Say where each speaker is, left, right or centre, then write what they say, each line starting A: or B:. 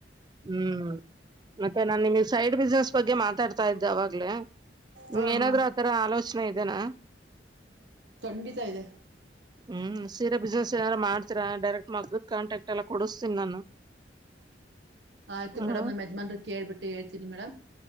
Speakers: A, on the right; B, on the right.
A: ಹ್ಮ್ ಮತ್ತೆ ನಾನ್ ನಿಮಗ್ ಸೈಡ್ ಬಿಸ್ನೆಸ್ ಬಗ್ಗೆ ಮಾತಾಡ್ತಾ ಇದ್ದೆ ಅವಾಗ್ಲೇ ನಿಮ್
B: ಹಾ
A: ಏನಾದ್ರು
B: ಹಾ
A: ಆತರ ಆಲೋಚನೆ ಇದೆನಾ
B: ಖಂಡಿತ ಇದೆ
A: ಹ್ಮ್ ಸೀರೆ ಬಿಸ್ನೆಸ್ ಏಾರ ಮಾಡ್ತೀರಾ ಡೈರೆಕ್ಟ್ ಮಗ್ಗದ ಕಾಂಟಾಕ್ಟ್ ಎಲ್ಲಾ ಕೊಡಿಸ್ತೀನಿ ನಾನು
B: ಆಯ್ತು ಮೇಡಮ್
A: ಹ
B: ನಮ್ಮ ಯಜಮಾನ್ರಿಕ್ಕೆ ಹೇಳ್ಬಿಟ್ಟು ಹೇಳ್ತೀನಿ ಮೇಡಮ್